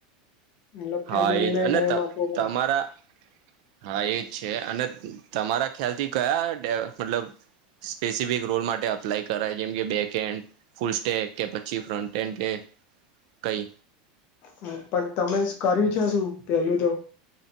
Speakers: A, on the left; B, on the right.
A: એટલે
B: હા
A: ફેમિલીને
B: એજ અને
A: ટાઈમ
B: ત
A: આપવો
B: તમારા હા એજ છે અને તમારા ખ્યાલથી કયા ડે મતલબ સ્પેસિફિક રોલ માટે અપ્લાય કરાય જેમ કે બેકહેેન્ડ, ફૂલ સ્ટેક, કે પછી ફ્રન્ટ હેન્ડ કે કઈ
A: હ પન તમે કર્યું છે શું પેલું તો?